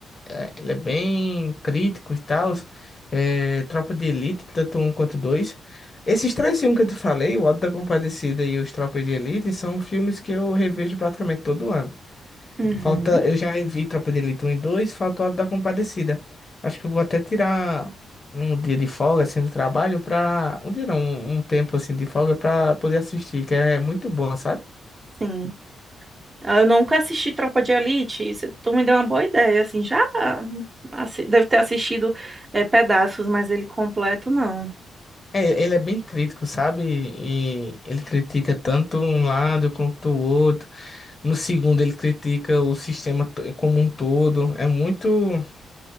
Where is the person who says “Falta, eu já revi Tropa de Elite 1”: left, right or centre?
Left